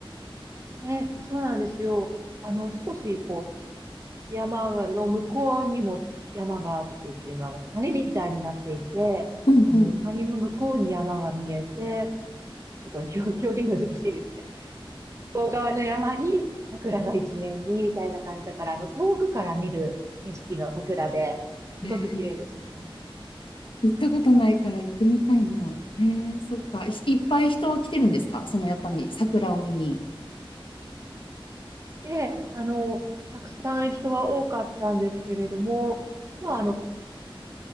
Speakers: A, on the right (about 35°); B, on the left (about 65°).
A: え、そうなんですよ。あの、少しこう、山の向こうにも山があってっていうのは、あの谷みたいになっていて、
B: うんうん。
A: あの、谷の向こうに山が見えて、ちょっと表、表現難しいですね。向こう側の山に桜が一面にみたいな感じだから、あの、遠くから見る景色の桜で、
B: えー、
A: すごく綺麗でした。
B: 行ったことないから行ってみたいな。へえそっか。い、いっぱい人は来てるんですかそのやっぱり桜を見に。
A: で、あの、たくさん人は多かったんですけれども、まあ、あの、